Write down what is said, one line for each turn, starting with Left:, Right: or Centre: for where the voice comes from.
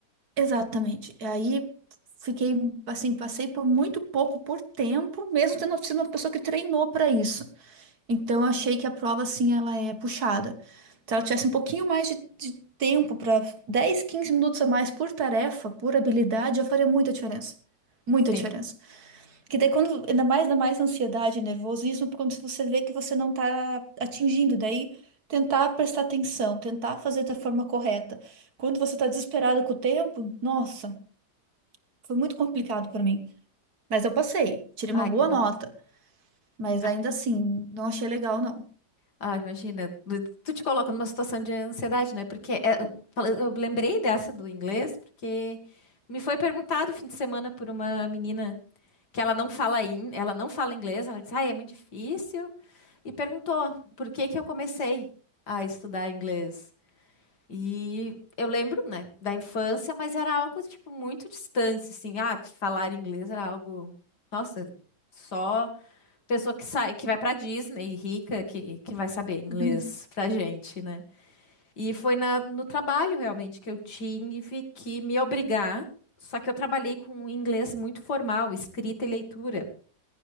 Right: exatamente. E Aí fiquei assim, passei por muito pouco por tempo, mesmo tendo sido uma pessoa que treinou para isso. Então, eu achei que a prova, assim, ela é puxada. Se ela tivesse um pouquinho mais de, de tempo para 10, 15 minutos a mais por tarefa, por habilidade, já faria muita diferença. Muita
Left: Sim.
Right: diferença. Que daí, quando, ainda mais, ainda mais ansiedade e nervosismo, quando você vê que você não está atingindo, daí tentar prestar atenção, tentar fazer da forma correta. Quando você está desesperado com o tempo, nossa, foi muito complicado para mim. Mas eu passei, tirei
Left: Ah,
Right: uma boa
Left: que bom.
Right: nota, mas
Left: Ah,
Right: ainda assim, não achei legal, não.
Left: ah, imagina, tu te coloca numa situação de ansiedade, né? Porque é, eu falei- eu lembrei dessa do inglês, porque me foi perguntado o fim de semana por uma menina que ela não fala in, ela não fala inglês, ela disse, ah, é muito difícil, e perguntou por que que eu comecei a estudar inglês. E eu lembro, né, da infância, mas era algo, tipo, muito distante, assim, ah, falar inglês era algo, nossa, só pessoa que sai, que vai pra Disney, rica, que, que vai saber inglês
Right: <laughs>
Left: pra gente, né? E foi na, no trabalho, realmente, que eu tive que me obrigar, só que eu trabalhei com inglês muito formal, escrita e leitura.